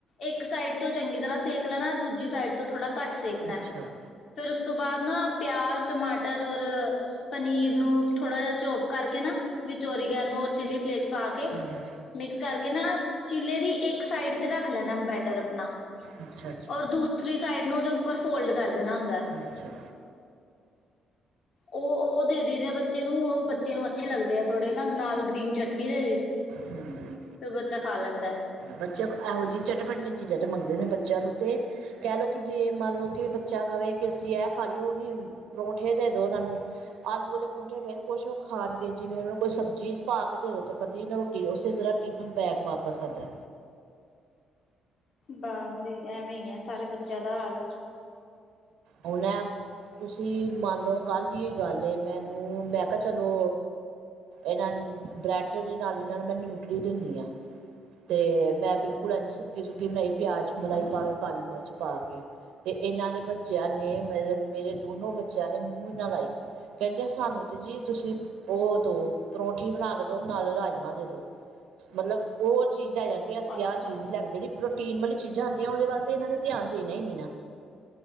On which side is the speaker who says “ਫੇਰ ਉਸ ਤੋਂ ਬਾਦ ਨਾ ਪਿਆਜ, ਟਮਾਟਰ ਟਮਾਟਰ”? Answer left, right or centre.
Left